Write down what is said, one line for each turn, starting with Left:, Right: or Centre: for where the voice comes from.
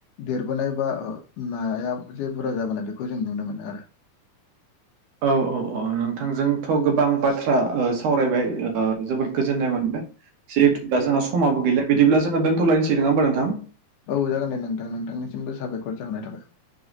Left: देरबोनाय बा नाया जे बुरजा जाबोनाय बेखौ जों नुनो मोनो आरो
Right: <inaudible> औ औ औ नोंथांजोंथ' गोबां बाथ्रा सावरायबाय जोबोद गोजोननाय मोनदों जहेथु दा जोंहा समाबो गैलिया बिदिब्ला जोङो दोनथ'लायनोसै नङा होमबा नोंथां
Left: औ जागोन दे नोंथां नोंथांनिसिमबो साबायखर जाहोननाय थाबाय